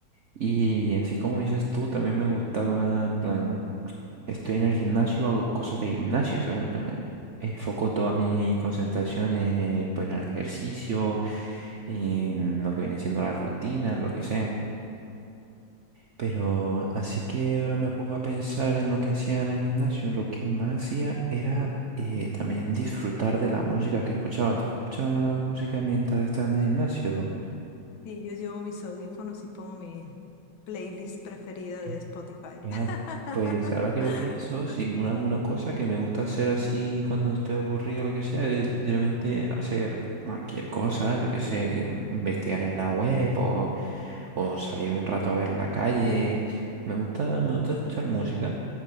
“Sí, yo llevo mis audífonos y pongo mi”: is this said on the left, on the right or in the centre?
Left